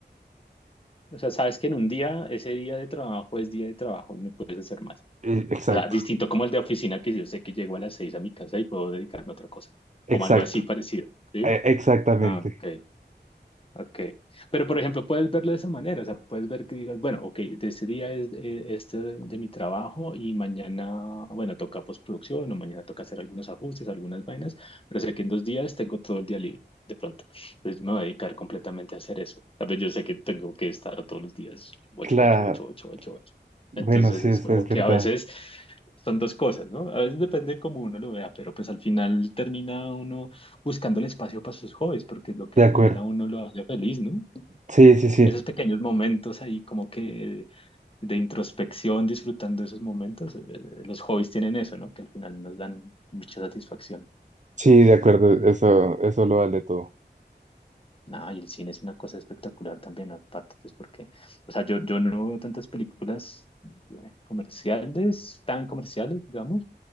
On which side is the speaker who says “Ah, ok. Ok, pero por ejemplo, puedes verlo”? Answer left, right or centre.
Left